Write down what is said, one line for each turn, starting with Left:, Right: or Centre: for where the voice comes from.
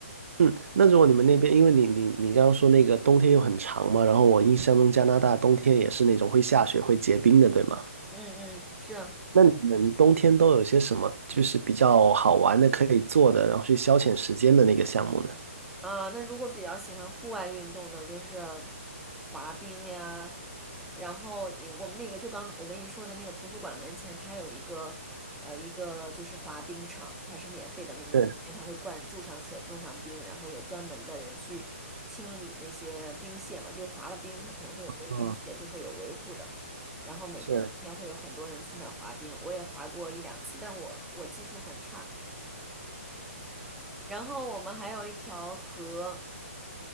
Right: 嗯，那如果你们那边，因为你你你刚刚说那个冬天又很长嘛，然后我印象中加拿大冬天也是那种会下雪、会结冰的，对吗？
Centre: 嗯，嗯是。
Right: 那你们冬天都有些什么就是比较好玩的可以做的，然后去消遣时间的那个项目呢？
Centre: 啊，那如果比较喜欢户外运动呢，就是滑冰呀，然后也我们那个就刚我跟你说的那个图书馆门前，它有一个呃一个就是滑冰场，它是免费的，每年冬天它会灌注上水，
Right: 是，
Centre: 弄上冰，然后有专门的人去清理那些冰屑嘛，就滑了冰，它可能会有那些冰屑就会有维护的，
Right: 嗯，
Centre: 然后每年冬天会有很多人去那儿滑冰，
Right: 是
Centre: 我也滑过一两次，但我我技术很差。然后我们还有一条河。